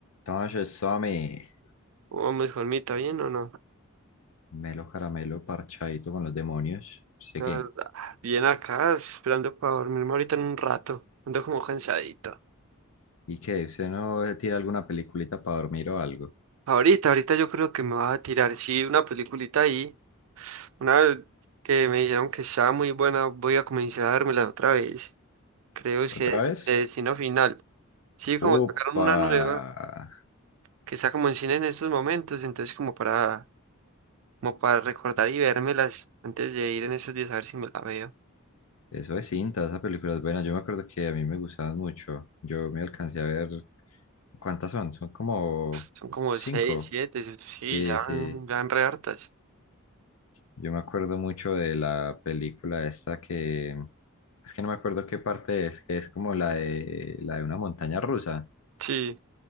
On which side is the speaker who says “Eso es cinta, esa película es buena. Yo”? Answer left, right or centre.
Left